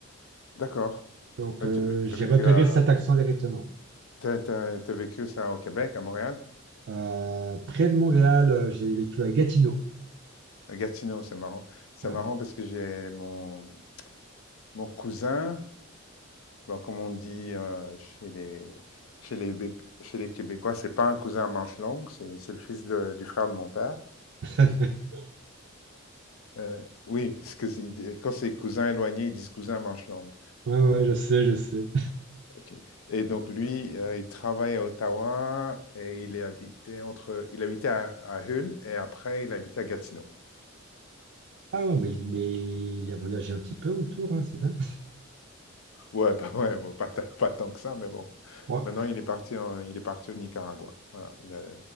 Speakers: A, on the left; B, on the right.
A: d'accord.
B: Donc,
A: Heu,
B: euh,
A: tu
B: j'ai
A: as vécu
B: repéré
A: à
B: cet accent directement.
A: tu as tu vécu ça au Québec, à Montréal?
B: Euh, près de Montréal, euh, j'ai vécu à Gatineau.
A: À Gatineau, c'est marrant. C'est
B: Ouais.
A: marrant parce que j'ai mon mon cousin, bon, comme on dit, heu, chez les chez les Béc chez les Québécois, c'est pas un cousin à manche longues, c'est c'est le fils de du frère de mon père.
B: <laughs>
A: Euh, oui, parce que c'est- quand c'est cousin éloigné, ils disent cousin manche longue.
B: Ouais, ouais, je sais, je sais.
A: Ok. Et donc lui, euh, il travaille à Ottawa et il est habité entre, il habitait à, à Hull et après il habitait à Gatineau.
B: Ah ouais, mais, mais il a voyagé un petit peu autour, hein, c'est bien.
A: Ouais, <laughs> pas, ouais, bon, pas, tant pas tant que ça, mais bon.
B: Ouais,
A: Maintenant, il est parti, en- il est parti au Nicaragua. Voilà, il a